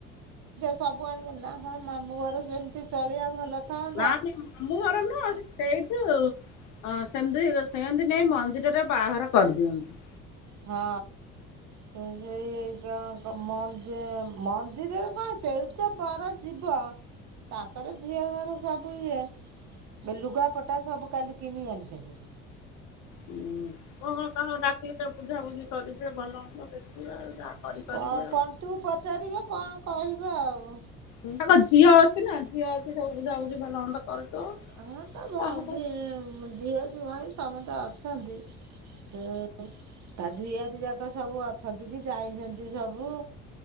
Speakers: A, on the right; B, on the left.
A: <unintelligible> ସବୁ ଆଣିବ ନା ହଁ ମାମୁଁ ଘର ସେମିତି ଚଳିବା ଭଲ ଥାନ୍ତା
B: ନାହିଁ ମାମୁଁ ଘର ନୁହଁ। ସେଇଠୁ ଅଁ ସେମିତି ସେମତି ନେଇ ମନ୍ଦିରରେ ବାହାଘର କରିଦିଅନ୍ତି।
A: ହଁ। ସେ ସେଇ ତାଙ୍କ ମନ୍ଦିର ମନ୍ଦିରରେ କଣ ଅଛି। ସେଇ ତ ବର ଯିବ ତାଙ୍କର ଝିଅ ଘର ସବୁ ଇଏ। ଏ ଲୁଗାପଟା ସବୁ କାଲି କିଣିି ଆଣିଚନ୍ତି।
B: ହୁଁ କଣ ତାଙ୍କର ଡାକିକି ତାଙ୍କର ବୁଝାବୁଝି କରିବେ। ଭଲ ମନଦ ଦେଖିବେ ଆଉ ଯା କରି କରିବେ
A: କଣ ପନ୍ତୁ କୁୁ ପଚାରିବେ କଣ କହିବେ ଆଉ।
B: ହୁଁ ତାଙ୍କ ଝିଅ ଅଛି ନା ଝିଅ ଅ ସିଏ ସବୁ ବୁଝା ବୁଝି ଭଲ ମନ୍ଦ କରିଦବ
A: ହଁ ତା ଭ
B: ବାହାଘର
A: ଭି ଝିଅ ଜ୍ୱାଇଁ ସମସ୍ତେ ଅଛନ୍ତି। ହୁଁ ତା ଝିଆରୀ ଯାକ ସବୁ ଅଛନ୍ତି କି ଯାଇଛନ୍ତି ସବୁ।